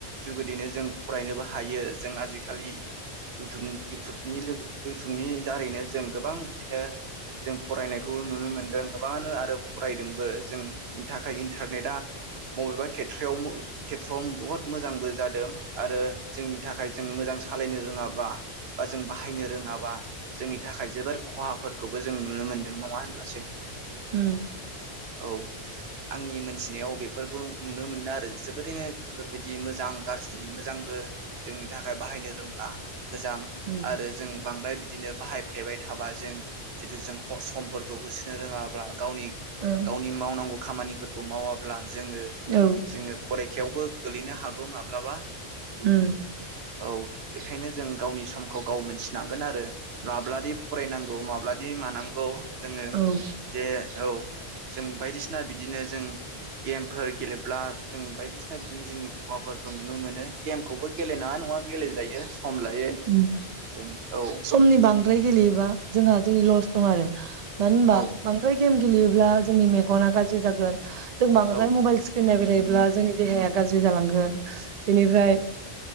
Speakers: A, on the right; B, on the right.
A: जुगेदियैनो जों फरायनोबो हायो जों आजिखालि इउटुब इउटुबनि लोगो इउटुबनि दारैनो जों गोबां बिदिनो जों फरायनायखौ नुनो मोनदों गोबाङानो आरो फरायदोंबो। जों थाखाय इन्टारनेटआ बबेबा खेथ्रआव खेथ्रआव बहुत मोजांबो जादों आरो जोंनि थाखाय जों मोजां सालायनो रोङाबा बा जों बाहायनो रोङाबा जोंनि थाखाय जोबोर खहाफोरखौबो जों नुनो मोनदों, नङा होनब्लासै?
B: उम।
A: औ। आंनि मोनथिनायाव बेफोरखौ नुनो मोनो आरो जोबोरैनो बेफोरबायदि मोजां गाज्रि मोजांबो जोंनि थाखाय बाहायनो रोंब्ला मोजां
B: उम
A: आरो जों बांद्राय बिदिनो बाहायफ्लेबाय थाबा जों जितु जों समफोरखौ होसोनो रोङाब्ला गावनि
B: ओं
A: गावनि मावनांगौ खामानिफोरखौ मावाब्ला जोङो
B: औ
A: जोङो फरेखायावबो गोलैनो हागौ माब्लाबा
B: उम
A: औ बेखायनो जों गावनि समखौ गाव मोनथिनांगोन आरो माब्लादि फरायनांगौ माब्लादि मानांगौ जोङो
B: औ
A: जे औ जों बायदिसिना बायदिसिना बिदिनो जों गेमफोर गेलेब्ला जों बायदिसिना बिदिनो जोंनि खहाफोरखौ नुनो मोनो गेमखौबो गेलेनाङा नङा गेलेजायो। खमलायो
B: उम
A: जों औ
B: समनि बांद्राय गेलेयोबा जोंहा जोंनि लस दं आरो। मानो होनबा
A: औ
B: बांद्राय गेम गेलेयोब्ला जोंनि मेगना गाज्रि जागोन। जों बांद्राय
A: औ
B: माइल स्क्रिन नायबाय अब्ला जोंनि देहाया गाज्रि जालांगोन। बेनिफ्राय